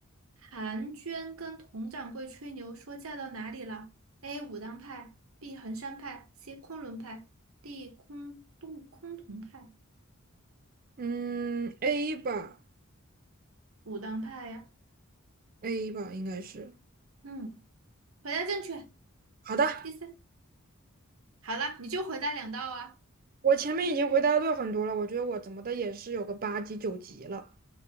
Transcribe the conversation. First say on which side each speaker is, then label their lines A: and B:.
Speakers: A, on the right (about 75°); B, on the right (about 40°).
A: 韩娟跟佟掌柜吹牛说嫁到哪里了？A. 武当派，B. 衡山派，C. 昆仑派，D. 空洞崆峒派。
B: 嗯，A 吧
A: 武当派呀、
B: ，A 吧，应该是，
A: 嗯，回答正确，
B: 好的。
A: 第三。好了，你就回答两道啊，
B: 我前面已经回答对很多了，我觉得我怎么的也是有个八级九级了。